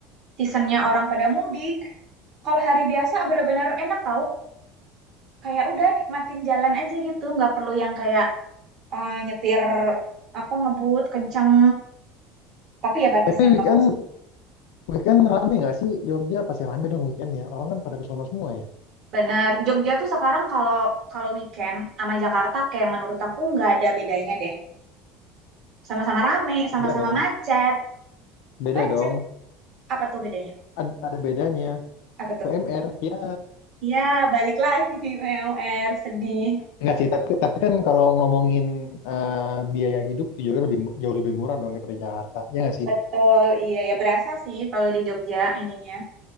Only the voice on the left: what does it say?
Tapi weekend
weekend rame nggak sih Jogja? Pasti rame dong weekend ya. Orang kan pada ke sono semua ya.
Beda
dong,
beda
dong.
Ad- ada bedanya.
UMR ya.
Enggak sih, tapi, tapi kan kalau ngomongin eh, biaya hidup di Jogja lebih mu- jauh lebih murah dong daripada Jakarta. Ya nggak sih?